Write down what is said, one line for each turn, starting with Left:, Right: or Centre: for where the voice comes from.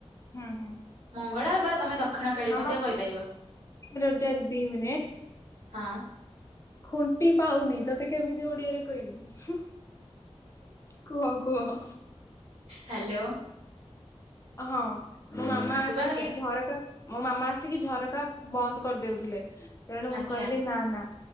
Left: ହୁଁ ହୁଁ
Right: ମଙ୍ଗଳା ବାବା, ତମେ ଦକ୍ଷିଣ କାଳୀ
Left: ମାମା
Right: ମଧ୍ୟ କହିପାରିବ।
Left: ରୋଜା ଦି ମିନିଟ୍।
Right: ହଁ
Left: ଖୁଣ୍ଟି ପାଉନି, ତତେ କେମିତି ଓଡିଆରେ କହିବି? କୁହ, କୁହ।
Right: ହ୍ୟାଲୋ।
Left: ହଁ, ମୋ ମାମା
Right: ହଁ ଶୁଭାଗଲା
Left: ଆସିକି ଝରକା ମୋ ମାମା ଆସିକି ଝରକା ବନ୍ଦ କରିଦେଉଥିଲେ, ତେଣୁ
Right: ଆଚ୍ଛା
Left: ମୁଁ କହିଲି ନା ନା